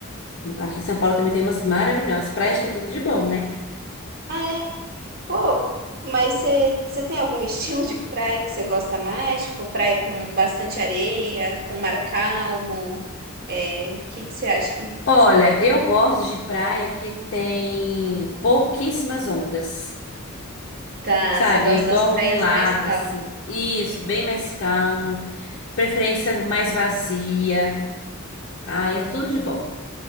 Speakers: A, on the left (about 55°); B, on the right (about 45°).
A: Aqui em São Paulo também tem umas maravilhosas. Praias que é tudo de bom, né?
B: Ah, é? Pô, mas você, você tem algum <laughs> estilo de praia que você gosta mais? Tipo, praia com bastante areia, com mar calmo? É, o que que você acha que...
A: Olha, eu gosto de praia que tem pouquíssimas ondas,
B: Tá,
A: sabe?
B: você gosta
A: Igual
B: das praias
A: um lago,
B: mais calmas.
A: assim. Isso, bem mais calmo, preferência mais vazia. Ah, é tudo de bom.